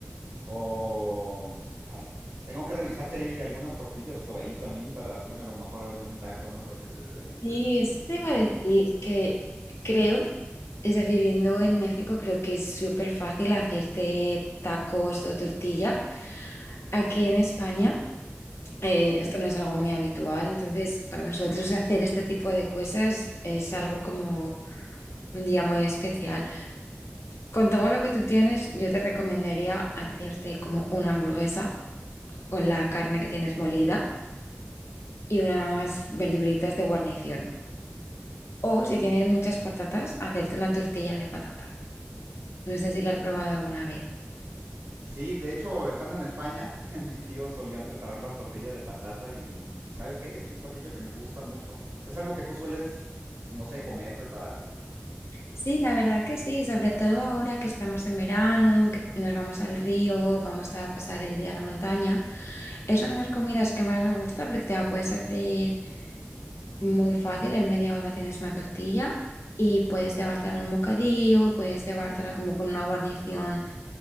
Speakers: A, on the right; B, on the left.
A: O ay, tengo que revisar si hay algunas tortillas por ahí también para hacerme a lo mejor algún taco, ¿no? De, de este, de
B: Sí,
A: este-
B: eso
A: de este
B: te iba
A: picadillo.
B: a decir que creo, es decir, viviendo en México, creo que es súper fácil hacerte tacos o tortilla. Aquí en España, eh, esto no es algo muy habitual, entonces para nosotros hacer este tipo de cosas es algo como un día muy especial. Con todo lo que tú tienes, yo te recomendaría hacerte como una hamburguesa con la carne que tienes molida y unas verduritas de guarnición. O si tienes muchas patatas, hacerte una tortilla de patata. No sé si la has probado alguna vez.
A: Sí, de hecho, estando en España, <laughs> mis tíos solían preparar la tortilla de patata y, y ¿sabes qué? Es un platillo que me gusta mucho. ¿Es algo que tú sueles, no sé, comer, preparar?
B: Sí, la verdad que sí, sobre todo ahora que estamos en verano, que nos vamos al río, vamos a pasar el día a la montaña. Es una de las comidas que más me gusta porque te la puedes hacer muy fácil, en media hora tienes una tortilla y puedes llevártela en un bocadillo, puedes llevártela como con una guarnición,